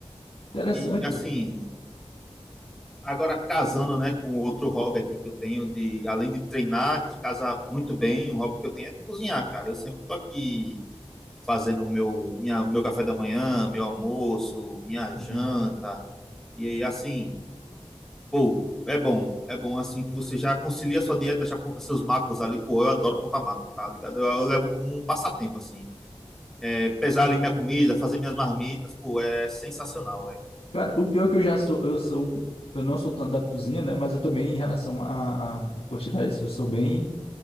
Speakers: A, on the left (about 80°); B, in the centre.
A: Interessante,
B: E, assim,
A: cara.
B: Agora, casando né, com outro hobby aqui que eu tenho, de além de treinar, que casa muito bem, um hobby que eu tenho é de cozinhar, cara. Eu sempre tô aqui fazendo o meu, minha, meu café da manhã, meu almoço, minha
A: Uhum.
B: janta. E aí, assim, pô, é bom. É bom assim que você já concilia a sua dieta, já conta seus macros ali. Pô, eu adoro contar macros, tá ligado? Eu, eu levo como um passatempo, assim. É, pesar ali minha comida, fazer minhas marmitas, pô, é sensacional, velho.
A: Cara, o pior é que eu já sou, eu sou, eu não sou tanto da cozinha, né? Mas eu também, em relação à à- à quantidade, eu sou bem.